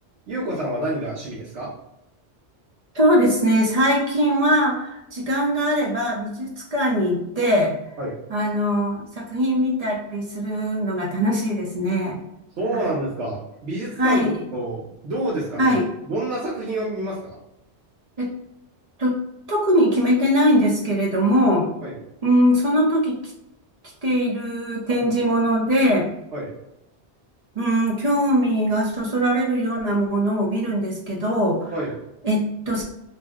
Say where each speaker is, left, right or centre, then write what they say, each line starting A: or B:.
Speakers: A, on the right; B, on the right.
A: ゆうこさんは何が趣味ですか
B: そうですね。最近は、時間があれば美術館に行って、
A: はい。
B: あの、作品見たりするのが楽しいですね。
A: そうなんですか。
B: はい。
A: 美術館だと、
B: はい。
A: どうですかね。
B: はい。
A: どんな作品を見ますか
B: えっと、特に決めてないんですけれども、
A: はい。
B: うん、その時き来ている展示物で、
A: うん。はい。
B: うん、興味がそそられるようなものを見るんですけど、
A: はい。
B: えっと、